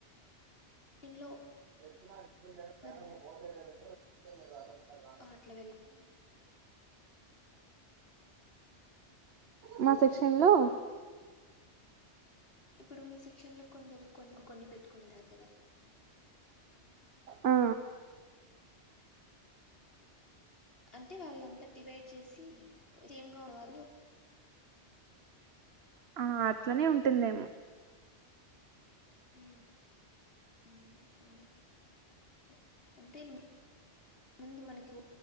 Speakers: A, on the left (about 55°); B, on the right (about 60°).
A: లైన్ లో
B: పో
A: కొందరు ఆహా అట్ల వెళ్
B: మా సెక్షన్ లో
A: ఇప్పుడు మీ సెక్షన్ లో కొందరు కొన్ని కొన్ని పెట్టుకొనింటారు కదా
B: ఆ
A: అంటే వాళ్ళంతా డివైడ్ చేసి సేమ్ గా ఉన్న వాళ్ళని
B: ఆ అట్లనే ఉంటుందేమో
A: ఊ ఊ అదే దే అంతే ముందు మనకి